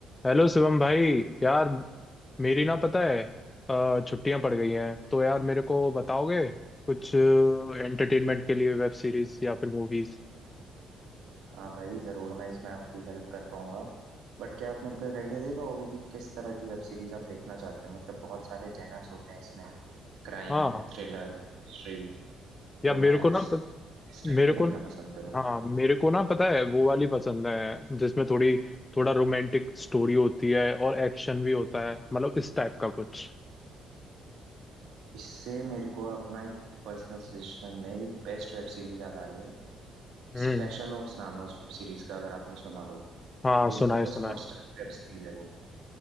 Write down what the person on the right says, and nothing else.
हाँ भाई ज़रूर मैं इसमें आपकी हेल्प कर पाऊंगा बट क्या आप मेरे को एक आइडिया दे पाओगे कि किस तरह की वेब सीरीज आप देखना चाहते हो मतलब बहुत सारे जेनर्स होते हैं इसमें क्राइम
थ्रिलर मिस्ट्री
रोमांस
इस टाइप
का
देखना पसंद करोगे
इससे मेरे को अपना एक पर्सनल सजेशन में एक बेस्ट वेब सीरीज याद आ रही है
स्पेशल ऑप्स नाम है उस वेब सीरीज का अगर आपने सुना हो
Disney
plus
Hotstar web series है वो